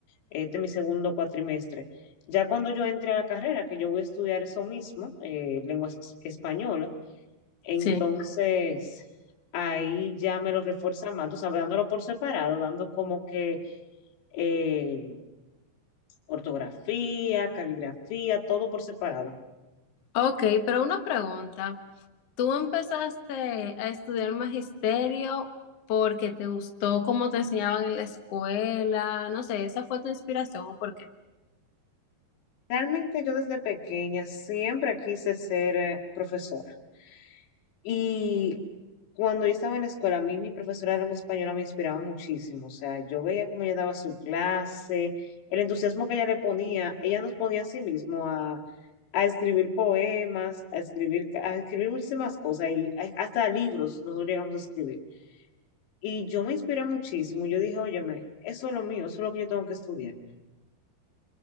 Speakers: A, on the left (about 90°); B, on the left (about 60°).
A: este es mi segundo cuatrimestre. Ya cuando yo entré a la carrera, que yo voy a estudiar eso mismo, eh, lenguas españolas, entonces
B: Sí.
A: ahí ya me lo refuerza más, tú sabes, dándolo por separado, dando como que eh, ortografía, caligrafía, todo por separado.
B: Ok, pero una pregunta. ¿Tú empezaste a estudiar magisterio porque te gustó cómo te enseñaban en la escuela? No sé, ¿esa fue tu inspiración o por qué?
A: Realmente yo desde pequeña siempre quise ser eh, profesora. Y cuando yo estaba en la escuela, a mí mi profesora de lengua española me inspiraba muchísimo. O sea, yo veía cómo ella daba su clase, el entusiasmo que ella le ponía. Ella nos ponía a sí mismo a, a escribir poemas, a escribir, a escribir muchísimas cosas y a- hasta libros nosotros llegamos a escribir. Y yo me inspiré muchísimo. Yo dije, óyeme, eso es lo mío, eso es lo que yo tengo que estudiar.